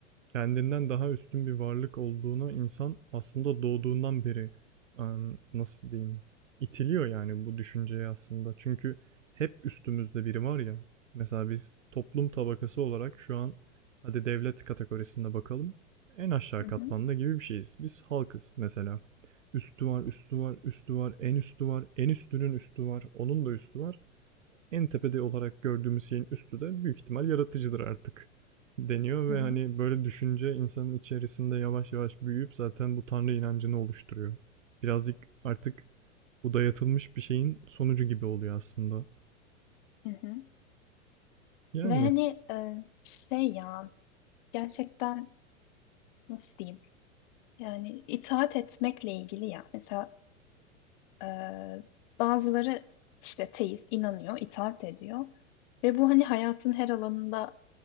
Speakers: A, on the right; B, on the left.
A: kendinden daha üstün bir varlık olduğuna insan aslında doğduğundan beri em, nasıl diyeyim itiliyor yani bu düşünceye aslında. Çünkü hep üstümüzde biri var ya. Mesela biz toplum tabakası olarak şu an hadi devlet kategorisinde bakalım. En aşağı
B: Hı
A: katmanda
B: hı.
A: gibi bir şeyiz. Biz halkız mesela. Üstü var, üstü var, üstü var, en üstü var, en üstünün üstü var, onun da üstü var en tepede olarak gördüğümüz şeyin üstü de büyük ihtimal yaratıcıdır artık deniyor
B: Hı
A: ve
B: hı.
A: hani böyle düşünce insanın içerisinde yavaş yavaş büyüyüp zaten bu tanrı inancını oluşturuyor. Birazcık artık bu dayatılmış bir şeyin sonucu gibi oluyor aslında.
B: Hı hı.
A: Yani
B: Ve hani e, şey ya gerçekten nasıl diyeyim yani itaat etmekle ilgili ya mesela e, bazıları işte teist inanıyor itaat ediyor ve bu hani hayatın her alanında